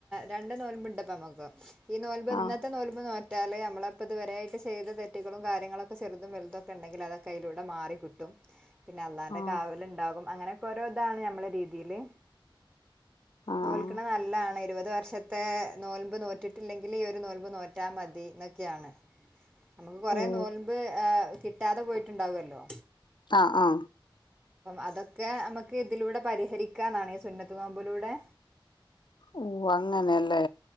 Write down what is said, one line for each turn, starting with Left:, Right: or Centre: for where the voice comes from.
Right: രണ്ട് നോൽമ്പ ഉണ്ട്പ്പം. <unintelligible> ഈ നോൽമ്പ് ഇന്നത്തെ
Left: ആഹ്
Right: നോൽമ്പ് നോറ്റാല് നമ്മള അപ്പൊ ഇതുവരായിട്ട് ചെയ്ത തെറ്റുകളും കാര്യങ്ങളൊക്കെചെറു തും വലുതൊക്കെ ഉണ്ടെങ്കിൽ അതൊക്കെ അയിലൂടെ മാറി കിട്ടും. പിന്നെ അല്ലാന്റെ
Left: ആഹ്
Right: കാവല ഉണ്ടാകും. അങ്ങനെയൊക്കെ ഓരോ ഇതാണ് നമ്മളെ രീതിയില്.
Left: ആഹ്
Right: നോൽക്കണ നല്ലാണ് ഇരുപത്തി <unintelligible> വർഷത്തെ നോൽമ്പ് നോറ്റിട്ടില്ലെങ്കിൽ ഈ ഒരു നോൽമ്പ് നോറ്റാ മതിന്നൊക്കെയാണ്. നമുക്ക് കൊറെേ
Left: ഓ
Right: നോൽമ്പ് കിട്ടാതെ പോയിട്ടുണ്ടാവല്ലോ.
Left: ആ ആ
Right: അതൊക്കെ നമുക്ക് ഇതിലൂടെ പരിഹരിക്കാന്നാണ് ഈ സുന്നത്ത് നോമ്പലൂടെ
Left: ഓ അങ്ങനെല്ലേ